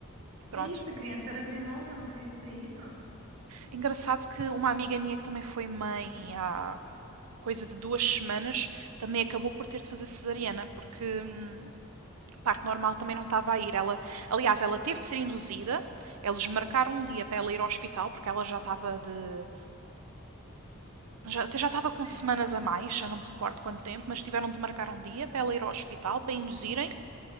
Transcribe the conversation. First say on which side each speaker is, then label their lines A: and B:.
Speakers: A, on the right (about 80°); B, on the right (about 70°).
A: pronto.
B: É isso, a criança era teimosa, não queria sair. não.
A: Engraçado que uma amiga minha que também foi mãe há coisa de duas semanas também acabou por ter de fazer cesariana, porque. hum, parto normal também não estava a ir. Ela, aliás, ela teve de ser induzida. Eles marcaram um dia para ela ir ao hospital, porque ela já estava de. Já, até já estava com
B: Sim.
A: semanas a mais, já não me recordo quanto tempo, mas tiveram de marcar um dia para ela ir ao hospital para induzirem.